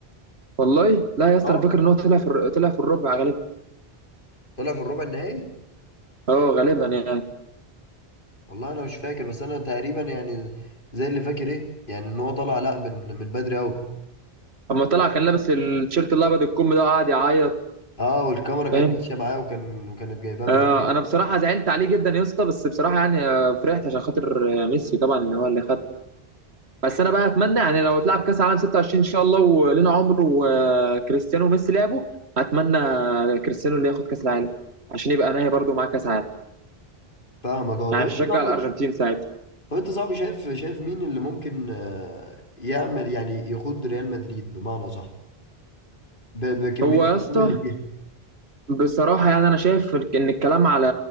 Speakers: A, on the right; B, on the left.
A: والله لا يا اسطى
B: اه
A: انا فاكر ان هو طلع في الر- طلع في الربع غالبا
B: طلع في الربع النهائي
A: اه غالبا يعني
B: والله انا مش فاكر بس انا تقريبا يعني زي اللي فاكر ايه يعني ان هو طلع لا من من بدري قوي
A: اما طلع كان لابس التيشيرت الابيض الكم ده وقعد يعيط
B: اه والكاميرا كانت
A: فاهم
B: ماشيه معاه وكان كانت جايباه من
A: آه انا بصراحه زعلت عليه جدا يا اسطى بس بصراحه يعني آه، فرحت عشان خاطر آه، ميسي طبعا ان هو اللي خد بس انا بقى اتمنى يعني لو اتلعب كاس العالم 26 ان شاء الله ولينا عمر وكريستيانو وميسي لعبوا اتمنى كريستيانو اللي ياخد كاس العالم عشان يبقى انا برضو معاه كاس عالم
B: فاهمك اه
A: يعني
B: طب انت
A: مش هشجع
B: صاحبي
A: الارجنتين ساعتها
B: طب انت صاحبي شايف شايف مين اللي ممكن آه، يعمل يعني يقود ريال مدريد بمعنى صح ب- بكميه
A: هو يا
B: النجوم
A: اسطى
B: اللي فيها
A: بصراحة يعني أنا شايف إن الكلام على